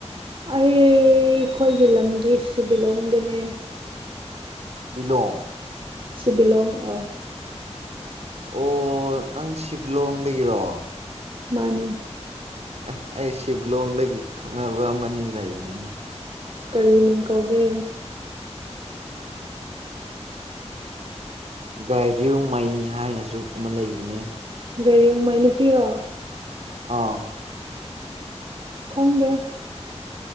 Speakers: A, on the right; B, on the right.
A: ꯑꯩꯈꯣꯏꯒꯤ ꯂꯝꯗꯤ ꯁꯤꯕꯤꯂꯣꯡꯗꯅꯦ
B: ꯏꯂꯣꯡ
A: ꯁꯤꯕꯤꯂꯣꯡ ꯑ
B: ꯑꯣ ꯅꯪ ꯁꯤꯕꯤꯂꯣꯡꯗꯒꯤꯔꯣ
A: ꯃꯅꯦ
B: ꯑꯦ ꯑꯩ ꯁꯤꯕꯤꯂꯣꯡꯗꯒꯤ ꯈꯪꯅꯕ ꯑꯃꯅꯤ ꯂꯩꯕꯅꯤꯅꯦ
A: ꯀꯔꯤ ꯃꯤꯡ ꯀꯧꯒꯦ
B: ꯒꯥꯏꯔꯤꯎꯃꯩ ꯍꯥꯏꯅꯁꯨ ꯑꯃ ꯂꯩꯕꯅꯦ
A: ꯒꯥꯏꯔꯤꯎꯃꯩ ꯅꯨꯄꯤꯔꯣ
B: ꯑ
A: ꯈꯪꯗꯦ